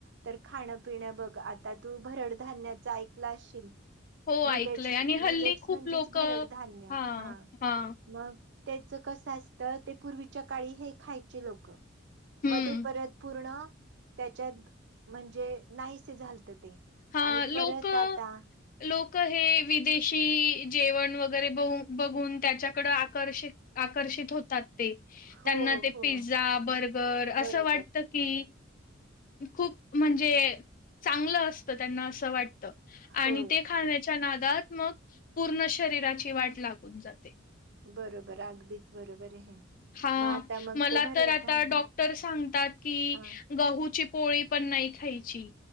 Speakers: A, on the right; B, on the left.
A: तर खाणपिण बघ आता तू भरडधान्याच ऐकलं असशील
B: हो
A: मिलेट्स
B: ऐकलंय आणि हल्ली
A: मिलेट्स
B: खूप
A: म्हणजेच
B: लोकं
A: भरड धान्य
B: हां,
A: हा
B: हां.
A: मग त्याच कसं असतं ते पूर्वीच्या काळी हे खायचे लोकं
B: हं.
A: मध्ये परत पूर्ण त्याच्यात म्हणजे नाहीसे झालत ते
B: हा
A: आणि
B: लोक
A: परत आता
B: लोक हे विदेश शी जेवण वगैरे ब बघून त्याच्याकड आकर्ष आकर्षित होतात त्यांना
A: हो
B: ते
A: हो
B: पिझ्झा बर्गर
A: बरोबर
B: असं वाटत की खूप म्हणजे चांगलं असत त्यांना असं वाटतं
A: हो
B: आणि ते खाण्याच्या नादात मग पूर्ण शरीराची वाट लागून जाते
A: बरोबर अगदीच बरोबर आहे
B: हा
A: मग आता मग
B: मला
A: ते भरड
B: तर आता
A: धान्य
B: डॉक्टर सांगतात की
A: हा
B: गहूची पोळी पण नाही खायची